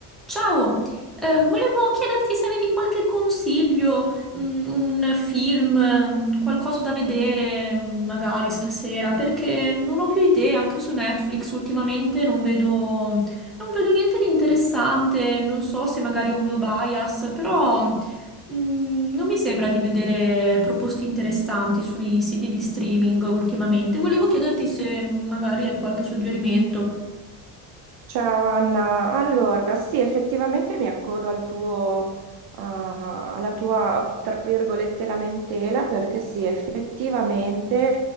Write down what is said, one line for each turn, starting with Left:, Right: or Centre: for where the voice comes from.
Centre: Ciao, eh, volevo chiederti se avevi qualche consiglio, mm, un film, mm, qualcosa da vedere, mm, magari stasera, perché non ho più idee, anche su Netflix ultimamente non vedo, non vedo niente di interessante, non so se magari è un mio bias, però, mm, non mi sembra di vedere proposte interessanti sui siti di streaming ultimamente. Volevo chiederti se magari hai qualche suggerimento.
Right: Ciao Anna, allora sì, effettivamente mi accodo al tuo, a- alla tua, tra virgolette, lamentela perché sì, effettivamente